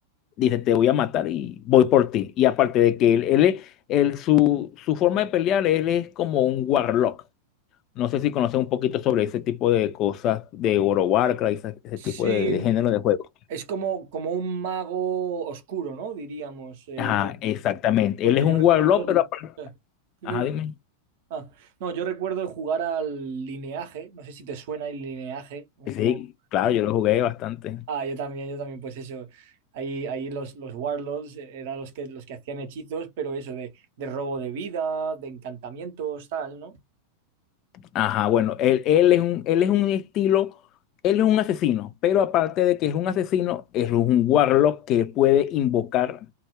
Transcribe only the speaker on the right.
Sí,
es como, como un mago oscuro, ¿no? Diríamos, eh,
porque
yo recuerdo...
sí. Dime,
dime.
Ah, no, yo recuerdo jugar al Lineaje, no sé si te suena el Lineaje, un
juego...
Ah, yo también, yo también, pues eso. Ahí, ahí los, los Warlords eh, eran los que, los que hacían hechizos, pero eso de, de robo de vida, de encantamientos, tal, ¿no?